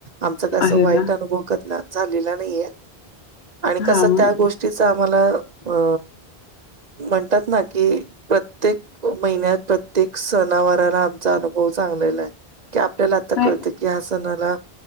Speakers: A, on the right (about 45°); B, on the left (about 75°).
A: आमच कस
B: आहे
A: वाईट
B: ना
A: अनुभव झालेला नाहीये आणि
B: हा
A: कसं
B: मग
A: त्या गोष्टी ी आम्हाला अ म्हणतात ना कि प्रत्येक महिन्यात्य प्रत्येक सणावारला आमचा अनुभव चांगलेला आहे की आपल्याला आता
B: नाही
A: कळतं कि हा सणाला